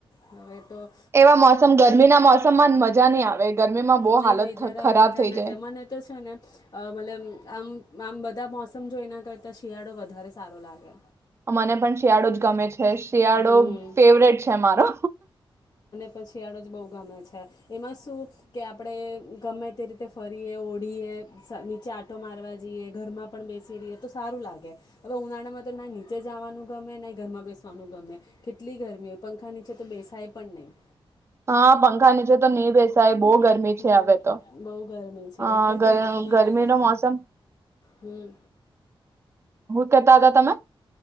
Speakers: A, on the left; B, on the right.
A: હવે તો
B: એવા મોસમ ગરમીના મોસમમાં મજા નહી આવે ગરમીમાં બહુ
A: નઈ
B: હાલત
A: નહી જરાય
B: થ ખરાબ
A: મજા
B: થઈ
A: ના
B: જાય
A: તે મને તો છે ને મતલબ આમ આમ બધ બધા મોસમ જો એના કરતાં શિયાળો વધારે સારો લાગે
B: મને પણ શિયાળો જ ગમે છે. શિયાળો
A: હમ
B: ફેવરેટ છે મારો
A: શિયોડો જ બો ગમે છે. એમાં શું કે આપડે ગમે તે રીતે ફરીએ ઓઢીએ નીચે આંટો મારવા જઈએ ઘરમાં પણ બેસી રહીએ તો સારું લાગે હવે ઉનાળામાં તો ના નીચે જવાનું ગમે નહી ઘરમાં બેસી. <unintelligible> ગમે કેટલી ગરમી હોય પંખા નીચે તો બેસાય પણ નહી.
B: હા પંખા નીચે તો નહી બેસાાયબ. બો ગરમી
A: હમ
B: છે હવે તો.
A: બહુ ગરમી છે
B: અ
A: એટલે જ તો નથી મને
B: ગરમી
A: અને
B: રો મોસમ.
A: હમ
B: કેતા હતા તમે.